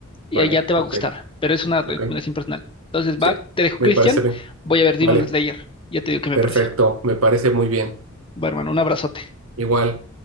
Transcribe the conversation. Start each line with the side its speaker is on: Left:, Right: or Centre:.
Left: y
Right: Vale,
Left: allá te va
Right: ok,
Left: a gustar, pero es una recomendación
Right: ok.
Left: personal. Entonces,
Right: Sí,
Left: va, te dejo,
Right: me
Left: Cristian.
Right: parece bien.
Left: Voy a ver Demon
Right: Vale,
Left: Slayer. Ya te digo qué me
Right: perfecto,
Left: pareció.
Right: me parece muy bien.
Left: Va, hermano, un abrazote.
Right: Igual.